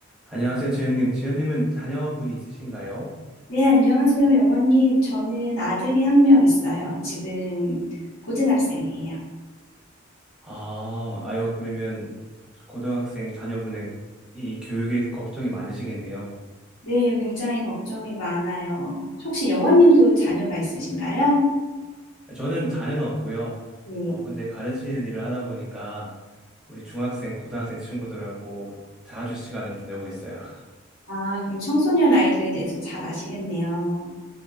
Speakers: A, in the centre; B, on the left (about 80°).
A: 안녕하세요, 재현님. 재현님은 자녀분이 있으신가요?
B: 네, 안녕하세요, 영원님. 저는 아들이 한 명 있어요. 지금 고등학생이에요.
A: 아, 아유, 그러면 고등학생 자녀분의 이 교육에 걱정이 많으시겠네요.
B: 네, 굉장히 걱정이 많아요. 혹시 영원님도 자녀가 있으신가요?
A: 저는 자녀는 없고요.
B: 네.
A: 어, 근데 가르치는 일을 하다 보니까 우리 중학생, 고등학생 친구들하고 자주 시간을 보내고 있어요.
B: 아, 그럼 청소년 아이들에 대해서 잘 아시겠네요.